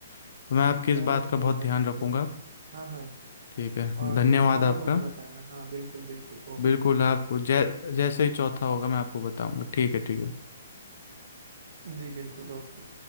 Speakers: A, on the left (about 60°); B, on the right (about 60°).
A: तो मैं आपकी इस
B: चलो
A: बात
B: ठीक
A: का बहुत ध्यान
B: है ठीक
A: रखूंगा
B: है हाँ हाँ
A: ठीक है
B: और
A: धन्यवाद
B: जैसा होगा
A: आपका
B: मुझे बताना हाँ बिल्कुल बिल्कुल ओके
A: बिल्कुल आपको जै जैसे ही चौथा होगा मैं आपको बताऊंगा ठीक है ठीक है
B: जी बिल्कुल ओके